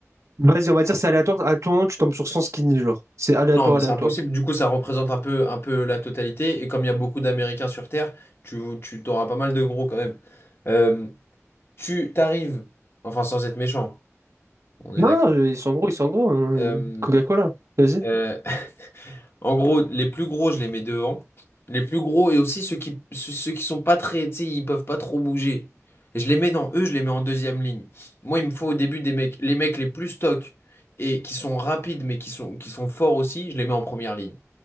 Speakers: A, on the right; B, on the left.
A: Vas-y, on va dire c'est aléatoire. À tout moment, tu tombes sur 100 skinny, genre. C'est aléatoire,
B: Non, mais
A: aléatoire.
B: c'est impossible. Du coup, ça représente un peu, un peu la totalité. Et comme il y a beaucoup d'Américains sur Terre, tu, tu t'auras pas mal de gros quand même. Euh, tu t'arrives, enfin, sans être méchant, on est
A: Non,
B: d'accord.
A: non, euh, ils sont gros, ils sont gros. hein.
B: Euh,
A: ils- Coca-Cola. Vas-y.
B: euh, En gros, les plus gros, je les mets devant. Les plus gros et aussi ceux qui, ceux, ceux qui sont pas très, tu sais, ils peuvent pas trop bouger. Et je les mets dans eux, je les mets en deuxième ligne. Moi, il me faut au début des mecs, les mecs les plus stock et qui sont rapides mais qui sont, qui sont forts aussi, je les mets en première ligne.